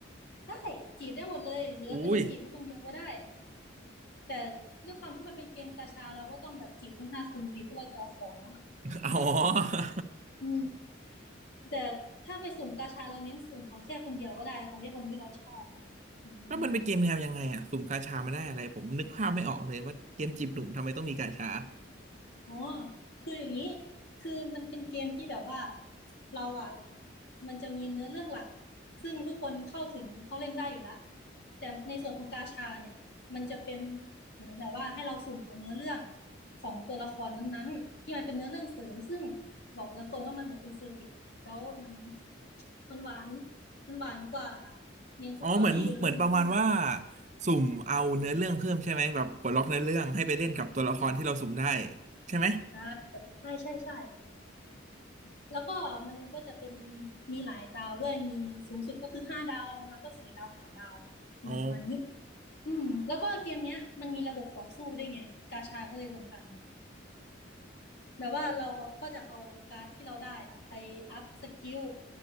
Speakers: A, on the left; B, on the right.
A: ได้จีบได้หมดเลยหรือเราจะเน้นจีบแค่คนเดียวก็ได้
B: อุ้ย
A: แต่ด้วยความที่มันเป็นเกมกาชาเราก็ต้องแบบจีบทั้งห้าคนอยู่ดีเพราะเราจะเอาของเนาะ
B: อ๋อ
A: อืม แต่ถ้าไปสุ่มกาชาเราเน้นสุ่มเอาแค่คนเดียวก็ได้เอาแค่คนที่เราชอบอะไรเงี้ยอืม
B: <laughs> แล้วมันเป็นเกมแนวยังไงอ่ะสุ่มกาชามาได้อะไรผมนึกภาพไม่ออกเลยว่าเกมจีบหนุ่มทำไมต้องมีกาชา
A: อ๋อคืออย่างนี้คือมันเป็นเกมที่แบบว่าเราอ่ะมันจะมีเนื้อเรื่องหลักซึ่งทุกคนเข้าถึงเขาเล่นได้อยู่ละแต่ในส่วนของกาชาเนี่ยมันจะเป็นเหมือนแบบว่าให้เราสุ่มเอาเนื้อเรื่องของตัวละครนั้นๆที่มันเป็นเนื้อเรื่องเสริมซึ่งบอกตามตรงว่ามันเหมือนเป็นเซอร์วิสแล้วมันมันหวานมันหวานกว่าเมนสตอรี่เนื้อเรื่องหลัก
B: อ๋อเหมือนเหมือนประมาณว่าสุ่มเอาเนื้อเรื่องเพิ่มใช่ไหมแบบปลดล็อกเนื้อเรื่องให้ไปเล่นกับตัวละครที่เราสุ่มได้ใช่ไหม
A: ใช่ใช่ใช่ใช่แล้วก็มันก็จะเป็นมีหลายดาวด้วยมีสูงสุดก็คือห้าดาวลงมาก็สี่ดาวสามดาวเนี่ยประมาณนี้
B: อ๋อ
A: อืมแล้วก็เกมเนี้ยมันมีระบบต่อสู้ด้วยไงกาชาก็เลยสำคัญแบบว่าเราก็จะเอาการ์ดที่เราได้อะไปอัพสกิล